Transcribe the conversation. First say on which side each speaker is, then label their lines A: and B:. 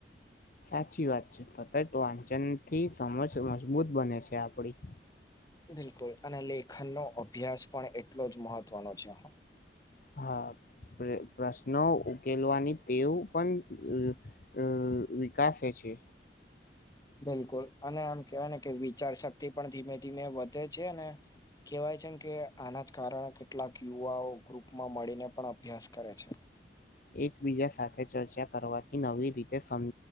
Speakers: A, on the left (about 50°); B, on the left (about 20°).
A: સાચી વાત છે સતત વાંચનથી સમજ મજબૂત બને છે આપણી
B: બિલકુલ અને લેખન નો અભ્યાસ પણ એટલો જ મહત્વનો છે.
A: હા પ્રશ્નો ઉકેલવાની ટેવ પણ અ વિકાસ છે.
B: બિલકુલ અને આમ કેહેવાય ને કે વિચાર શક્તિ પણ ધીમે ધીમે વધે છે અને કેવાય છે ને કે આના જ કારણે કેટલાક યુવાઓ ગ્રુપમાં મળીને પણ અભ્યાસ કરે છે.
A: એકબીજા સાથે ચર્ચા કરવાથી નવી રીતે સમ